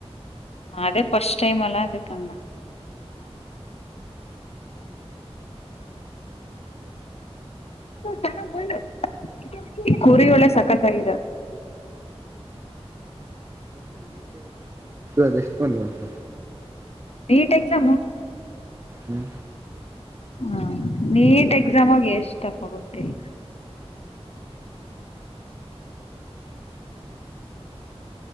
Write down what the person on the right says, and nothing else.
ಅದ್ ಎಷ್ಟುಕೊಂದು ಅಂತ.
ಹ್ಮ್.